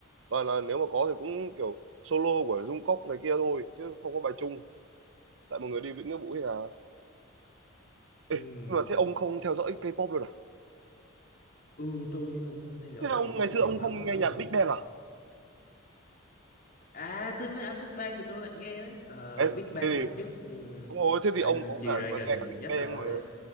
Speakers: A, on the right; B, on the left.
A: toàn là nếu mà có thì cũng kiểu solo của Jungkook này kia thôi chứ không có bài chung tại mọi người đi với nghĩa vụ hay là
B: ừ,
A: nhưng mà thế ông không theo dõi K-pop luôn à
B: ừ tôi không có theo dõi
A: thế là ông
B: K-pop
A: ngày xưa
B: nhiều
A: ông
B: lắm
A: không
B: ông
A: nghe
B: ơi.
A: nhạc Big Bang à
B: À thế mấy anh Big Bang thì tôi lại nghe đấy. Ờ,
A: Ê,
B: Big Bang
A: thế
B: hồi trước
A: thì
B: ừ,
A: đúng rồi thế thì
B: anh
A: ông có
B: G-Dragon
A: cả nghe cả
B: thì
A: Big
B: nhất
A: Bang
B: rồi.
A: mà